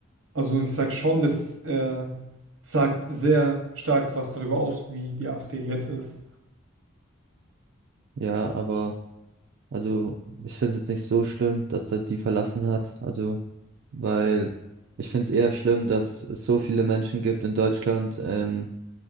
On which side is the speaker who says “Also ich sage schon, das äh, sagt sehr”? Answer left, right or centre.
Right